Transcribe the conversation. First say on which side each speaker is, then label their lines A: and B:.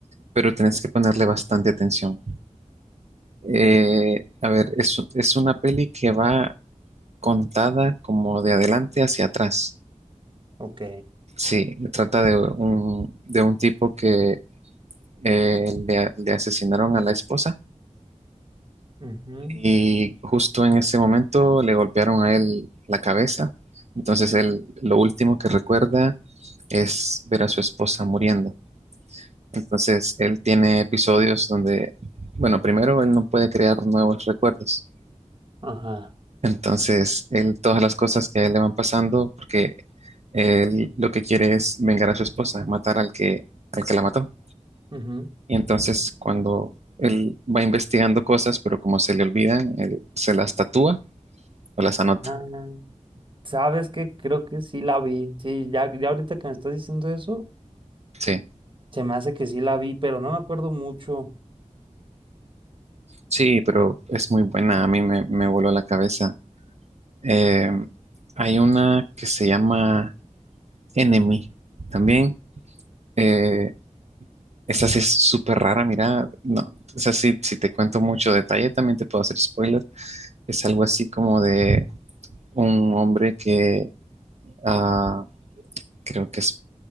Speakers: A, on the right; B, on the right.
A: pero tenés que ponerle bastante atención. Eh, a ver, es, es una peli que va contada como de adelante hacia atrás.
B: ok.
A: Sí, trata de un, de un tipo que eh, le, le asesinaron a la esposa
B: Ujú.
A: Y justo en ese momento le golpearon a él la cabeza. Entonces él lo último que recuerda es ver a su esposa muriendo. Entonces él tiene episodios donde, bueno, primero él no puede crear nuevos recuerdos.
B: Ajá.
A: Entonces él, todas las cosas que a él le van pasando, porque él lo que quiere es vengar a su esposa, matar al que, al que la mató.
B: ujú.
A: Y entonces cuando él va investigando cosas, pero como se le olvidan, él se las tatúa o las anota.
B: Ah, ¿sabes qué? Creo que sí la vi. Sí, ya, ya ahorita que me estás diciendo eso,
A: Sí.
B: se me hace que sí la vi, pero no me acuerdo mucho.
A: Sí, pero es muy buena, a mí me, me voló la cabeza. Eh, hay una que se llama Enemy también. Eh, esa sí es súper rara, mira, no, esa sí, si te cuento mucho detalle también te puedo hacer spoiler. Es algo así como de un hombre que ah, creo que es